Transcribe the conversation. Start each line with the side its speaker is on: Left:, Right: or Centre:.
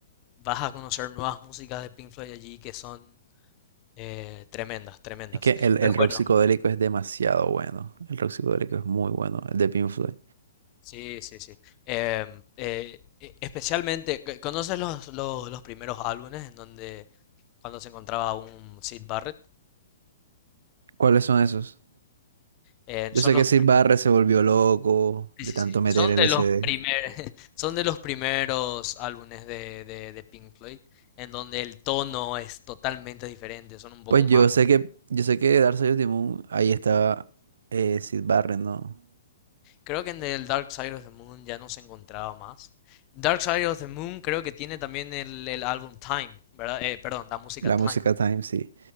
Left: vas a conocer nuevas músicas de Pink Floyd allí que son eh, tremendas, tremendas.
Right: Es que el, el
Left: Pero
Right: rock
Left: bueno,
Right: psicodélico es demasiado bueno. El rock psicodélico es muy bueno, el de Pink Floyd.
Left: sí, sí, sí. Em, eh, e- especialmente, ¿conoces los, los, los primeros álbumes en donde cuando se encontraba un Sid Barrett?
Right: ¿Cuáles son esos?
Left: Eh,
Right: Yo
Left: son
Right: sé
Left: los,
Right: que Syd Barrett se volvió loco
Left: sí,
Right: de
Left: sí,
Right: tanto
Left: sí,
Right: meter
Left: son
Right: LSD.
Left: de los primer, <laughs> son de los primeros álbumes de, de, de Pink Floyd, en donde el tono es totalmente diferente, son un poco
Right: Pues
Left: más...
Right: yo
Left: mo-
Right: sé que, yo sé que Dark Side of the Moon, ahí estaba eh, Syd Barrett, ¿no?
Left: Creo que en el Dark Side of the Moon ya no se encontraba más. Dark Side of the Moon creo que tiene también el, el álbum Time, ¿verdad? Eh, perdón, la música
Right: La
Left: Time,
Right: música Time, sí.